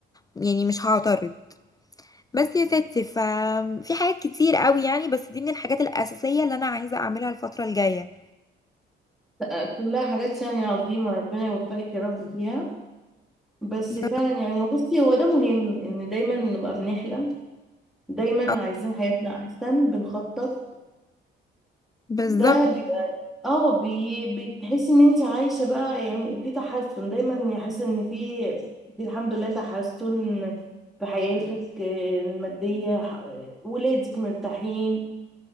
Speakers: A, on the left (about 20°); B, in the centre.
A: يعني مش هعترض بس يا ستي ففي حاجات كتير قوي يعني بس دي من الحاجات الأساسية اللي أنا عايزة أعملها الفترة الجاية
B: لا، كلها حاجات يعني عظيمه ربنا يوفقك يا رب فيها بس
A: يا
B: فعلا يعني بصي هو ده مهم ان دايما نبقى بنحلم دايما
A: رب.
B: عايزين حياتنا احسن بنخطط
A: بالظبط
B: ده اه بي... بتحس ان انت عايشة بقى يعني في تحسن دايما حاسة ان في في الحمد لله تحسن في حياتك آه، المادية ح- ولادك مرتاحين